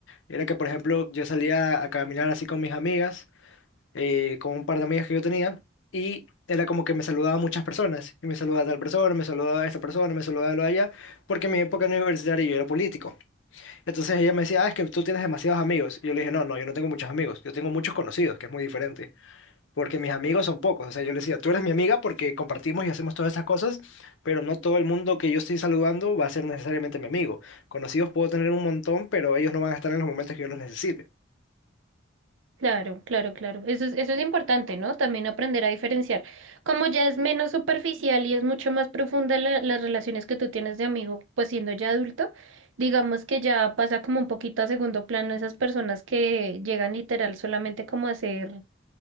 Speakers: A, on the left; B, on the right.
A: era que, por ejemplo, yo salía a caminar así con mis amigas, eh, con un par de amigas que yo tenía, y era como que me saludaba muchas personas. Y me saludaba a tal persona, me saludaba a esta persona, me saludaba a lo de allá, porque en mi época universitaria yo era político. Entonces ella me decía, ah, es que tú tienes demasiados amigos. Y yo le dije, no, no, yo no tengo muchos amigos, yo tengo muchos conocidos, que es muy diferente porque mis amigos son pocos. O sea, yo les decía, tú eres mi amiga porque compartimos y hacemos todas esas cosas, pero no todo el mundo que yo estoy saludando va a ser necesariamente mi amigo. Conocidos puedo tener un montón, pero ellos no van a estar en los momentos que yo los necesite.
B: Claro, claro, claro. Eso es, eso es importante, ¿no? También aprender a diferenciar. Como ya es menos superficial y es mucho más profunda la- las relaciones que tú tienes de amigo, pues siendo ya adulto, digamos que ya pasa como un poquito a segundo plano esas personas que llegan literal solamente como a ser